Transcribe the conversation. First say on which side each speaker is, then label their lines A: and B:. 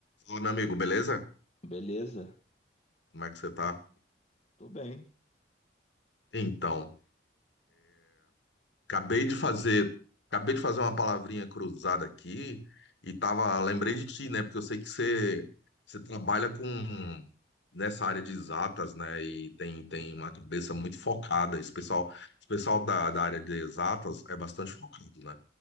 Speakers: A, on the left (about 70°); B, on the left (about 35°).
A: Ô, meu amigo, beleza?
B: Beleza?
A: Como é que você tá?
B: Tô bem.
A: Então, acabei de fazer, acabei de fazer uma palavrinha cruzada aqui e tava, lembrei de ti, né? Porque eu sei que você, você trabalha com nessa área de exatas, né? E tem, tem uma cabeça muito focada. Esse pessoal, esse pessoal da, da área de exatas é bastante focado, né?